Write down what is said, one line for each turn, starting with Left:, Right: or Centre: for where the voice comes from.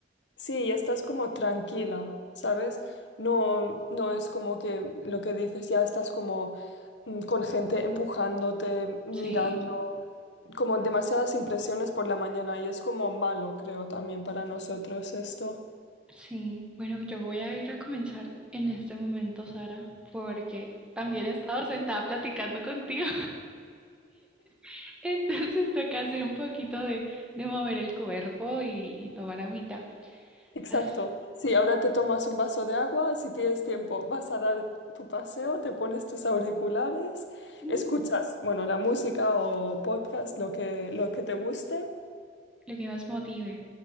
Left: sí, y estás como tranquila, ¿sabes? No, no es como que lo que dices, ya estás como mm, con gente empujándote, mirando,
Centre: Sí.
Left: como demasiadas impresiones por la mañana y es como malo, creo, también para nosotros esto.
Centre: Sí, bueno, yo voy a ir a comenzar en este momento, Sara, porque también he estado sentada platicando contigo. <laughs> Entonces toca hacer un poquito de, de mover el cuerpo y, y tomar agüita.
Left: Exacto.
Centre: Así,
Left: Sí, ahora te tomas un vaso de agua, si tienes tiempo, vas a dar tu paseo, te pones tus auriculares,
Centre: mm,
Left: escuchas, bueno, la música o podcast, lo que, lo que te guste.
Centre: lo que más motive